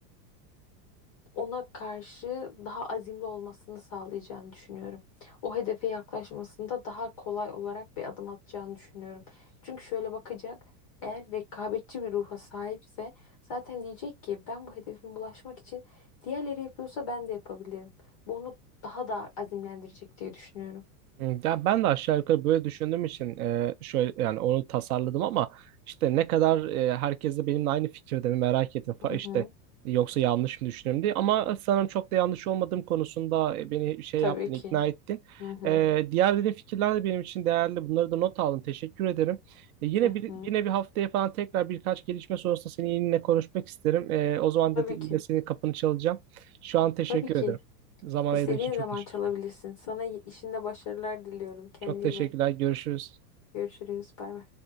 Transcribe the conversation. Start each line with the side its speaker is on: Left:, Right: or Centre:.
Left: ona karşı daha azimli olmasını sağlayacağını düşünüyorum. O hedefe yaklaşmasında daha kolay olarak bir adım atacağını düşünüyorum. Çünkü şöyle bakacak, eğer rekabetçi bir ruha sahipse zaten diyecek ki ben bu hedefime ulaşmak için diğerleri yapıyorsa ben de yapabilirim. Bu onu daha da azimlendirecek diye düşünüyorum.
Right: Hmm, Ya ben de aşağı yukarı böyle düşündüğüm için e, şöyle yani onu tasarladım ama işte ne kadar e, herkes de benimle aynı fikirde mi merak ettim fa-
Left: Hı
Right: işte
Left: hı,
Right: yoksa yanlış mı düşünüyorum diye ama sanırım çok da yanlış olmadığım konusunda e, beni şey
Left: tabii
Right: yaptın ikna
Left: ki.
Right: ettin.
Left: Hı hı,
Right: E, diğer dediğin fikirler de benim için değerli. Bunları da not aldım. Teşekkür ederim. E, yine
Left: hı
Right: bir
Left: hı.
Right: yine bir haftaya falan tekrar birkaç gelişme sonrasında seni yine konuşmak isterim. E, o zaman
Left: Tabii
Right: da te-
Left: ki.
Right: yine senin kapını çalacağım. Şu an teşekkür
Left: Tabii ki.
Right: ederim. Zaman
Left: İstediğin
Right: ayırdığın için çok
Left: zaman
Right: teşekkür.
Left: çalabilirsin. Sana y- işinde başarılar diliyorum. Kendine
Right: Çok teşekkürler.
Left: iyi bak.
Right: Görüşürüz.
Left: Görüşürüz. Bay bay.